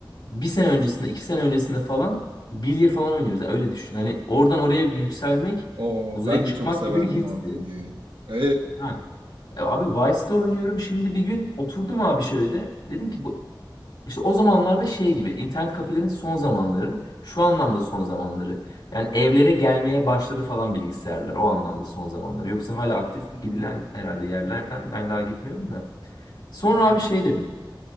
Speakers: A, on the left; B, on the right.
A: bir sene öncesinde iki sene öncesinde falan bilye falan oynuyoruz. Yani öyle düşün. Hani oradan oraya bir yükselmek
B: Oo,
A: uzaya
B: ben
A: çıkmak
B: de çok severdim
A: gibi bir histi.
B: abi Billy'yi. E,
A: Ha. E, Abi Vice'de oynuyorum şimdi bir gün oturdum abi şöyle. Dedim ki bu işte o zamanlarda şey gibi internet kafelerin son zamanları şu anlamda son zamanları. Yani evlere gelmeye başladı falan bilgisayarlar o anlamda son zamanları. Yoksa hala aktif
B: Hı hı.
A: gidilen herhalde yerlerden ben daha gitmiyorum da. Sonra
B: Aha.
A: abi şey dedim.